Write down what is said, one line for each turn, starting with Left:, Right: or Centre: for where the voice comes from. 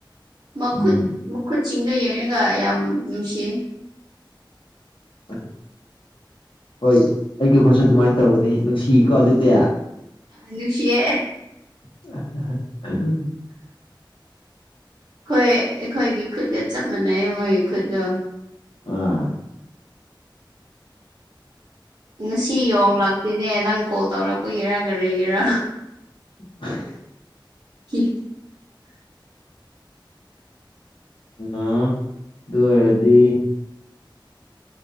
Right: ꯃꯈꯨꯠ
Left: ꯎꯝ
Right: ꯃꯈꯨꯠ ꯆꯤꯡꯗ ꯌꯦꯡꯉꯒ ꯌꯥꯝ ꯅꯨꯡꯁꯤ
Left: ꯑ ꯍꯣꯏ ꯑꯩꯒꯤ ꯍꯣꯠꯁꯨ ꯑꯗꯨꯃꯥꯏꯅ ꯇꯧꯕꯅꯤ ꯅꯨꯡꯁꯤꯀꯣ ꯑꯗꯨꯗꯤ
Right: ꯑꯅꯨꯁꯤꯦ
Left: <inaudible>
Right: ꯍꯣꯏ ꯑꯩꯈꯣꯏꯒꯤ ꯈꯨꯠꯒ ꯆꯞ ꯃꯥꯟꯅꯩ ꯃꯣꯏꯒꯤ ꯈꯨꯠꯇꯣ
Left: ꯑꯥ
Right: ꯉꯁꯤ ꯌꯣꯡꯂꯛꯇꯦꯅꯦ ꯅꯪ ꯀꯣꯜ ꯇꯧꯔꯛꯄꯒꯤꯔꯥ ꯀꯔꯤꯒꯤꯔꯥ
Left: <inaudible>
Right: ꯀ
Left: ꯑ ꯑꯗꯨ ꯑꯣꯏꯔꯗꯤ